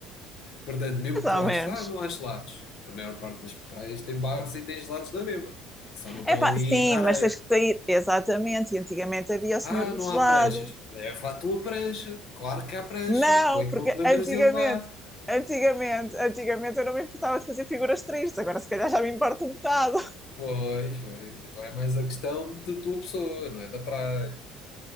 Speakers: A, on the left; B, in the centre.
A: Portanto, mesmo
B: Mais
A: que tu
B: ou
A: aches,
B: menos.
A: ah, não há gelados. A maior parte das praias tem bares e tem gelados na mesma. Só não estão
B: Epá,
A: ali
B: sim,
A: na areia.
B: mas tens que sair. Exatamente. E antigamente havia o Senhor
A: Ah,
B: do
A: não
B: Gelado,
A: há pranchas. Leva a tua prancha. Claro que há prancha.
B: Não,
A: Tu é que
B: porque
A: não te lembras
B: antigamente,
A: de levar.
B: antigamente, antigamente eu não me importava de fazer figuras tristes, agora se calhar já me importa um bocado. <laughs>
A: Pois, pois. Então é mais a questão da tua pessoa, não é da praia.